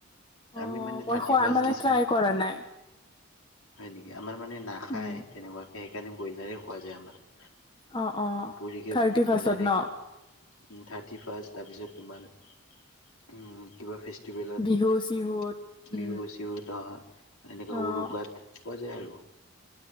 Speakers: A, on the left; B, on the left.
A: আমি
B: অঁ
A: মানে
B: মই
A: থাৰ্টি
B: খোৱা
A: ফাৰ্ষ্ট
B: মানে
A: ডিচেম্বৰ
B: ট্ৰাই কৰা নাই।
A: হয় নেকি, আমাৰ মানে নাখায়
B: উম,
A: তেনেকুৱাকে সেইকাৰণে ব্ৰইলাৰ খোৱা যায় আমাৰ।
B: অ' অ'
A: পুৰিকে
B: থাৰ্টি
A: ব্ৰইলাৰে
B: ফাষ্টত ন।
A: খাওঁ থাৰ্টি ফাৰ্ষ্ট তাৰ পিছত তোমাৰ, উম কিমান কিবা তিউবেলত,
B: বিহু চিহুত উম,
A: বিহু গুছি গ'ল এনেকা
B: অ'
A: উৰুকাত পোৱা যায় আৰু